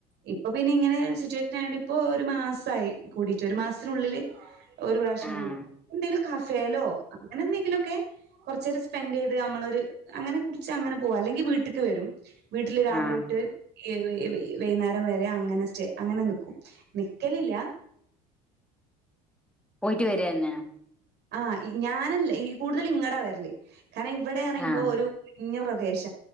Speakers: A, on the right; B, in the centre.
A: ഇപ്പൊ പിന്നെ ഇങ്ങനെ സിറ്റുവേഷനായോണ്ട് ഇപ്പൊ ഒരു മാസായി കൂടിട്ട് ഒരു മാസത്തിനുള്ളില് ഒരു പ്രാവശ്യം
B: ആഹ്
A: കൂടും എന്തേലും കഫേലോ അങ്ങനെന്തെങ്കിലും ക്കെ കൊർച്ചേരം സ്പെൻഡെയ്ത് നമ്മളൊരു അങ്ങനെ കുടിച്ച് അങ്ങനെ പോകും അല്ലെങ്കിൽ വീട്ട്ക്ക് വെരും വീട്ടില് രാവിലൊട്ട്
B: ആഹ്
A: എ വൈ എ വൈ വെയ്ന്നാരം വെരെ അങ്ങനെ സ്റ്റേ അങ്ങനെ നിക്കും നിക്കലില്ല
B: പോയിട്ട് വെരെന്നെ
A: ആ ഞാനല്ല ഈ കൂടുതൽ ഇങ്ങടാ വെരല് കാരണം ഇവടെ ന്ന് പറയുമ്പൊരു
B: ആഹ്
A: ഞ്ഞ പ്രദേശ